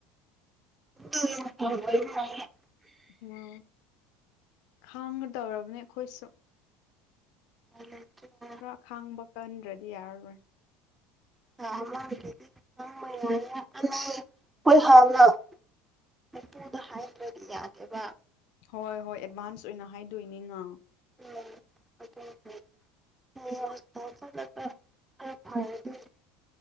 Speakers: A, on the right (about 15°); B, on the left (about 65°).
A: ꯑꯗꯨ <inaudible> <unintelligible>
B: ꯎꯝ ꯈꯥꯡꯒꯗꯧꯔꯕꯅꯦ ꯑꯩꯈꯣꯏꯁꯨ
A: <inaudible>
B: ꯈꯔ ꯈꯥꯡꯕ ꯀꯟꯗ꯭ꯔꯗꯤ ꯌꯥꯔꯔꯣꯏ
A: <inaudible> ꯃꯄꯨꯗ ꯍꯥꯏꯗ꯭ꯔꯗꯤ ꯌꯥꯗꯦꯕ
B: ꯍꯣꯏ ꯍꯣꯏ ꯑꯦꯗꯚꯥꯟꯁ ꯑꯣꯏꯅ ꯍꯥꯏꯗꯣꯏꯅꯤꯅ
A: ꯎꯝ <inaudible> <inaudible>